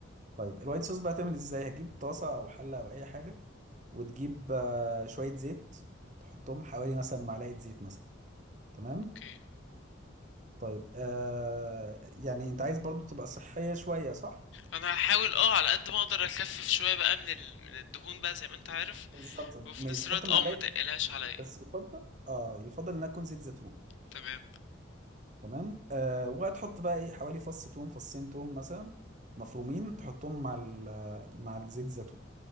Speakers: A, on the right; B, on the left.
A: طيب الوايت صوص بقى تعمل ازاي هتجيب طاسة او حلة او اي حاجة وتجيب آه شوية زيت تحطهم حوالي مثلا معلقة زيت مثلا تمام
B: اوكي
A: طيب آه يعني انت عايز برضو تبقى صحية شوية صح
B: انا هحاول اه على قد ما اقدر اخفف شويه بقى من ال... من الدهون بقى زي ما انت عارف
A: بالظبط
B: وفي
A: ماشي
B: نفس الوقت
A: حط معلقة
B: اه ما تقلهاش عليا
A: بس يفضل اه يفضل انها تكون زيت زيتون
B: تمام
A: تمام آه وهتحط بقى ايه حوالي فص توم فصين توم مثلا مفرومين تحطهم مع ال- مع الزيت زيتون